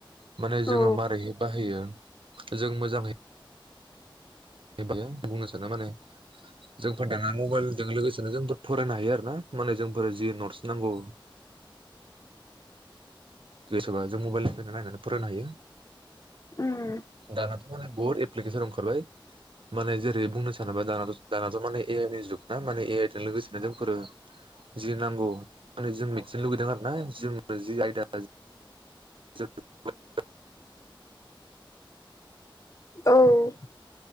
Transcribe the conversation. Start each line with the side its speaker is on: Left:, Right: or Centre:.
Right: माने
Left: औ
Right: जोङो मारैय बाहायो जों मोजाङै बेब बुंनो सानो माने जोंफोर दाना मबाइलजों लोगोसेनो जोंबो फरायनो हायो आरो ना माने जोंफोर जि नटस नांगौ। गोसोबा जों मबाइलनिफ्राय नायनानै फरायनो हायो।
Left: उम
Right: दानाथ' माने बुहुत एप्केसन ओंखारबाय माने जेरै बुंनो सानोबा दानाथ दानाथ माने ए आइ जुग ना माने ए आइ जों लोगोसेनो जोंफोर जि नांगौ माने जों मिथिनो लुबैदों आरो ना जों जि आयदा <unintelligible>
Left: औ